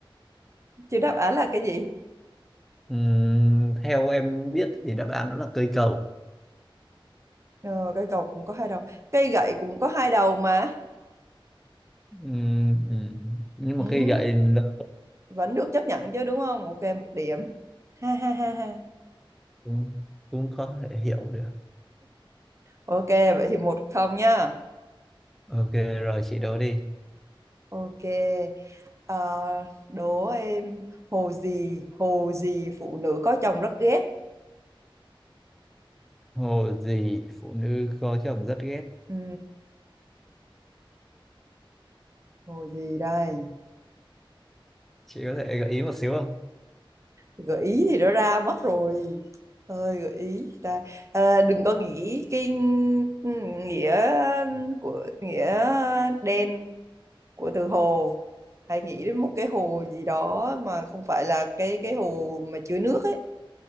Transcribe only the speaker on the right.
Chứ đáp án là cái gì?
Ờ, cây cầu cũng có hai đầu. Cây gậy cũng có hai đầu mà.
Ừ,
vẫn được chấp nhận chứ đúng không? Ok, một điểm. Ha ha ha ha.
Ok, vậy thì một không nhá.
Ok. Ờ, đố em hồ gì, hồ gì phụ nữ có chồng rất ghét.
Ừ, hồ gì đây?
gợi ý thì đã ra mất rồi ơi gợi ý ta à, đừng có nghĩ cái nghĩa của nghĩa đen của từ hồ hay nghĩ đến một cái hồ gì đó mà không phải là cái cái hồ mà chứa nước ấy